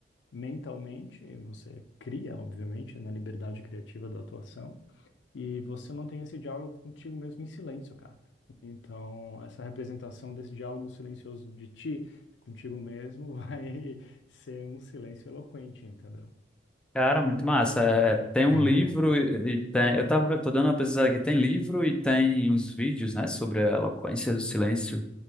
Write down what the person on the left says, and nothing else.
Mentalmente, e você cria, obviamente, na liberdade criativa da atuação, e você mantém esse diálogo contigo mesmo em silêncio, cara. Então, essa representação desse diálogo silencioso de ti contigo mesmo vai <laughs> ser um silêncio eloquente, entendeu?
<laughs>